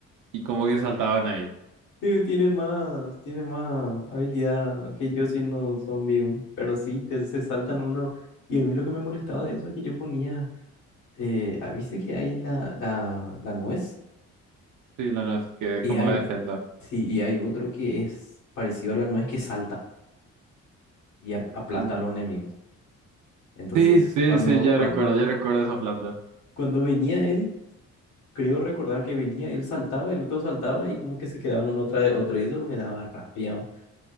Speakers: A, on the right; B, on the left.
A: Y como que saltaban ahí.
B: Sí, tienen más, tienen más habilidad que yo siendo zombie, weón. pero sí, te, se saltan uno. Y a mí lo que me molestaba de eso es que yo ponía, eh, ah, ¿viste que hay la, la, la nuez?
A: Sí, la no, que
B: Y
A: como
B: hay,
A: la
B: o-
A: defensa.
B: sí, y hay otro que es parecido a la nuez que salta y ap- aplasta
A: Uh,
B: a los enemigos. Entonces,
A: Sí, sí,
B: cuando,
A: sí, ya
B: cuando,
A: recuerdo, ya recuerdo esa planta.
B: cuando venía él, creo recordar que venía, él saltaba, el otro saltaba y como que se quedaban uno atrás de otro y eso me daba rabia.